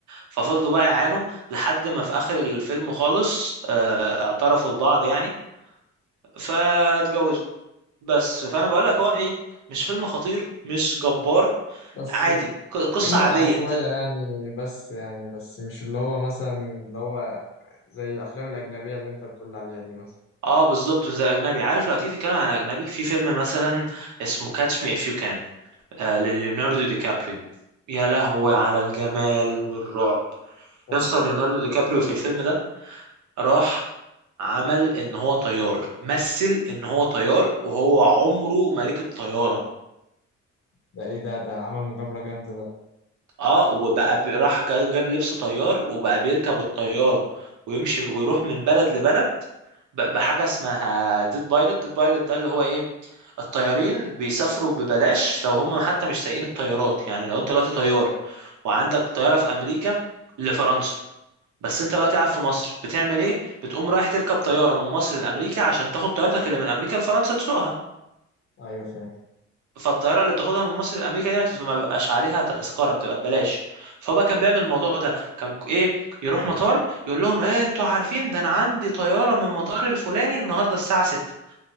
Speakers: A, on the right (about 70°); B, on the left (about 45°).
A: ففضلوا بقى يعانوا لحد ما في اخر الفيلم خالص آه، اعترفوا لبعض يعني فاتجوزوا بس فانا بقول لك هو ايه مش فيلم خطير مش جبار
B: بس
A: عادي ق- قصة
B: في متعه
A: عادية
B: شويه
A: ت-
B: يعني بس يعني بس مش اللي هو مثلا اللي هو زي الافلام الاجنبيه اللي انت بتقول عليها دي مثلا
A: اه بالظبط مش زي الاجنبي عارف لو تيجي تتكلم عن الاجنبي في فيلم مثلا اسمه كاتش مي اف يو كان آه لليوناردو دي كابريو يا لهوي على الجمال والرعب
B: طب
A: يا اسطى ليوناردو دي كابريو في الفيلم ده راح عمل ان هو طيار مثل ان هو طيار وهو عمره ما ركب طيارة
B: ده ايه ده ده عمل مغامرة جامدة ده
A: اه وبقى بي- راح جا- جاب لبس طيار وبقى بيركب الطيارة ويمشي ويروح من بلد لبلد ب- بحاجة اسمها ديد بايلوت ديد بايلوت ده اللي هو ايه الطيارين بيسافروا ببلاش لو هم حتى مش سايقين الطيارات يعني لو انت دلوقتي طيار وعندك طيارة في امريكا لفرنسا بس انت دلوقتي قاعد في مصر بتعمل ايه بتقوم رايح تركب طيارة من مصر لامريكا عشان تاخد طيارتك اللي من امريكا لفرنسا تسوقها
B: ايوه فاهم
A: فالطياره اللي بتاخدها من مصر لامريكا دي ما بتبقى- ما بيبقاش عليها تذكره بتبقى ببلاش فهو بقى كان بيعمل الموضوع ده كان ك- ايه يروح مطار يقول لهم ايه انتوا عارفين ده انا عندي طياره من مطار الفلاني النهارده الساعه 6